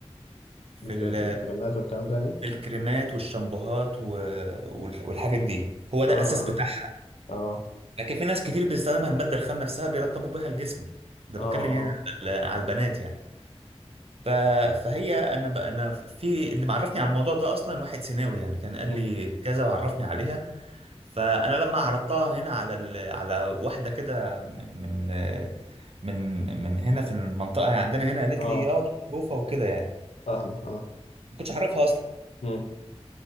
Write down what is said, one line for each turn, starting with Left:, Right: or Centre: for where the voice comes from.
Right: في
Left: ال-
Right: ال
Left: في الكلمات والكلام ده يعني
Right: في الكريمات والشامبوهات و- وال- والحاجات دي هو ده
Left: اه
Right: الأساس بتاعها
Left: اه
Right: لكن في ناس كتير بيستخدمها المادة الخام نفسها بيرطبوا بيها الجسم ده
Left: اه
Right: بتكلم
Left: اه
Right: يعني
Left: اه
Right: على ال- على البنات يعني ف... فهي انا ب... انا في اللي معرفني على الموضوع ده اصلا واحد سيناوي يعني كان قال
Left: مم.
Right: لي كذا وعرفني عليها فانا لما عرضتها هنا على ال... على واحده كده من من من هنا في المنطقه يعني عندنا هنا قالت
Left: اه
Right: لي اه دي معروفه وكده يعني
Left: فاهمك اه
Right: ما كنتش اعرفها اصلا
Left: مم.